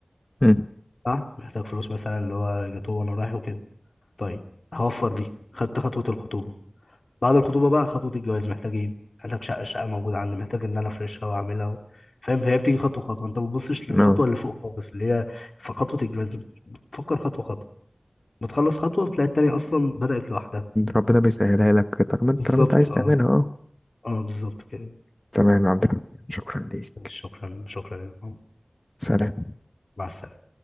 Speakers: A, on the left (about 20°); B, on the left (about 75°).
A: أمم.
B: صح محتاج فلوس مثلا اللي هو جاتوه وانا رايح وكده طيب هوفر دي خدت خطوه الخطوبه بعد الخطوبه بقى خطوه الجواز محتاج ايه محتاج شقه الشقه موجوده عندي محتاج ان انا افرشها واعملها و- فاهم فهي بتيجي خطوه خطوه انت ما بتبصش للخطوه
A: اه
B: اللي فوق خالص اللي هي في خطوه الجواز بتفكر خطوه خطوه بتخلص خطوة بتلاقي التانية أصلا بدأت لوحدها
A: ربنا بيسهلها لك طالما انت
B: بالظبط
A: طالما انت عايز
B: اه
A: تعملها اه
B: اه بالظبط كده
A: تمام يا عبد الرحمن شكرا ليك
B: شكرا شكرا يا محمد.
A: سلام
B: مع السلامة